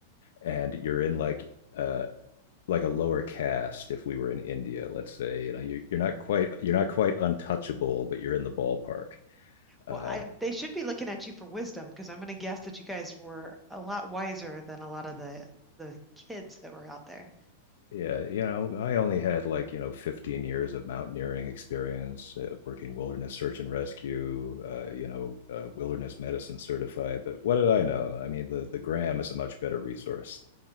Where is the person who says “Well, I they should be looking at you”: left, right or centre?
Centre